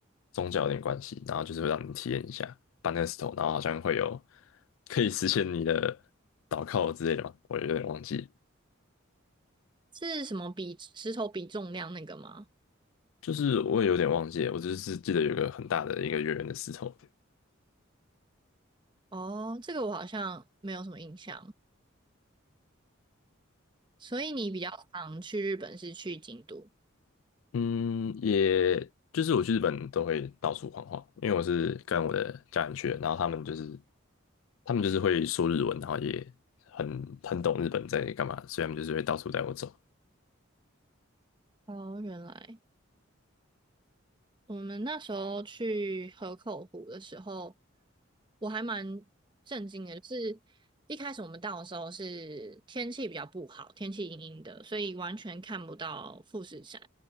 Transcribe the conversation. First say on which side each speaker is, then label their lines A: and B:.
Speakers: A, on the left; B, on the right.
A: 宗教有点关系，然后就是会让你体验一下搬那个石头，然后好像会有可以实现你的祷告之类的嘛，我有点忘记，
B: 是什么比石头比重量那个吗？
A: 就是我也有点忘记了我只是记得有一个很大的一个圆圆的石头，
B: 哦，这个我好像没有什么印象。所以你比较常去日本是去京都？
A: 嗯，也就是我去日本都会到处晃晃，因为我是跟我的家人去的，然后他们就是他们就是会说日文，然后也很很懂日本在干嘛，所以他们就是会到处带我走。
B: 哦，原来。我们那时候去河口湖的时候，我还蛮震惊的，就是一开始我们到的时候是天气比较不好，天气阴阴的，所以完全看不到富士山。